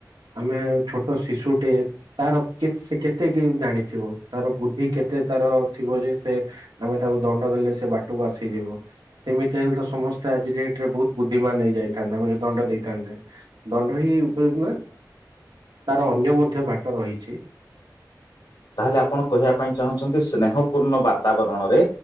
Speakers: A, on the right (about 85°); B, on the left (about 85°).
A: ଆମେ ଛୋଟ ଶିଶୁଟେ, ତାର କେ ସେ କେତେ କି ଜାଣିଥିବ ତାର ବୁଦ୍ଧି କେତେ ତାର ଥିବ ଯେ ସେ ଆମେ ତାକୁ ଦଣ୍ଡ ଦେଲେ ସେ ବାଟକୁ ଆସିଯିବ। ସେମିତି ହେଲେ ତ ସମସ୍ତେ ଆଜି ଯା ରେ ବହୁତ ବୁଦ୍ଧିମାନ ହେଇ ଯାଇଥାନ୍ତେ। ଆମେ ଯଦି ଦଣ୍ଡ ଦେଇଥାନ୍ତେ। ଦଣ୍ଡ ହି ଉପଯୁକ୍ତ ନୁହେଁ। ତାର ଅନ୍ୟ ମଧ୍ୟ ବାଟ ରହିଛି।
B: ତାହେଲେ ଆପଣ କହିବା ପାଇଁ ଚାହୁଁଛନ୍ତି, ସ୍ନେହ ପୂର୍ଣ୍ଣ ବାତାବରଣରେ